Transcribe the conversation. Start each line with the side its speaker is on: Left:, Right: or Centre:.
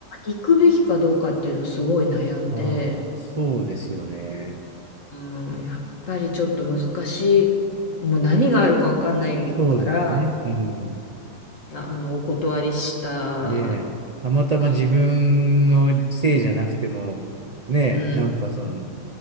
Left: 行くべきかどうかっていうのはすごい悩んで、
Right: ああー、そうですよね。
Left: うん、やっぱりちょっと難しい、もう何があるかわかんないから、
Right: そうだよね。うん。
Left: いや、あの、お断りしたか
Right: ねえ、たまたま自分のせいじゃなくても、
Left: な。
Right: ねえ、
Left: うん
Right: なんかその、